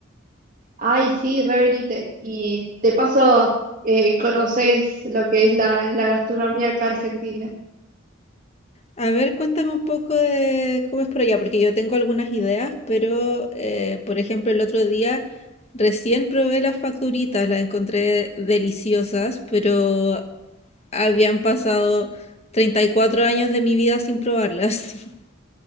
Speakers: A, on the right; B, on the left.
A: Ay, sí, revenite. Y de paso, eh, conoces lo que es la, la gastronomía acá argentina.
B: A ver, cuéntame un poco de cómo es por allá, porque yo tengo algunas ideas, pero eh, por ejemplo, el otro día recién probé las facturitas, las encontré deliciosas, pero habían pasado 34 años de mi vida sin probarlas. <laughs>